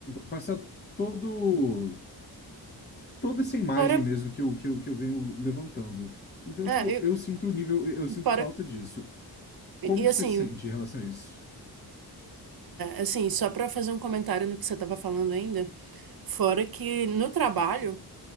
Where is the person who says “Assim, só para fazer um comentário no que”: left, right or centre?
Right